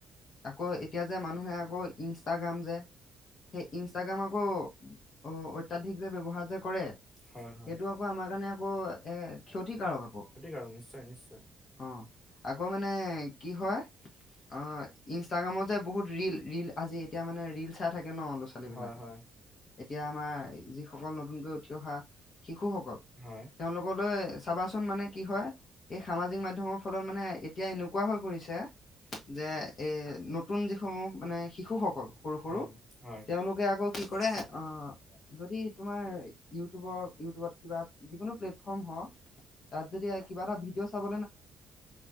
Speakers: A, on the left (about 45°); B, on the left (about 15°).
A: আকৌ, এতিয়া যে মানুহে আকৌ ইনষ্টাগ্ৰাম যে, সেই ইনষ্টাগ্ৰাম আকৌ, অ অত্যাধিক যে ব্যৱহাৰ যে কৰে,
B: হয় হয়
A: সেইটো আকৌ আমাৰ কাৰণে আকৌ এক ক্ষতিকাৰক আকৌ,
B: সঠিক আৰু নিশ্চয় নিশ্চয়
A: অ, আকৌ মানে কি হয়? অহ ইনষ্টাগ্ৰামত যে বহুত ৰিল ৰিল আজি এতিয়া মানে ৰিল চাই থাকে ন ল'ৰা-ছোৱালী বিলাকে,
B: হয় হয়
A: এতিয়া আমাৰ যিসকল নতুনকৈ উঠি অহা শিশুসকল
B: হয়
A: তেওঁলোকলৈ চাবাচোন মানে কি হয়? এই সামাজিক মাধ্যমৰ ফলত মানে এতিয়া এনেকোৱা হৈ পৰিছে যে এ নতুন যিসমূহ মানে শিশুসকল, সৰু-সৰু
B: উম হয়
A: তেওঁলোকে আকৌ কি কৰে, অহ, যদি তোমাৰ ইউটিউবৰ-ইউটিউবত কিবা যিকোনো প্লেটফৰ্ম হওঁক, তাত যদি কিবা এটা ভিডিঅ চাব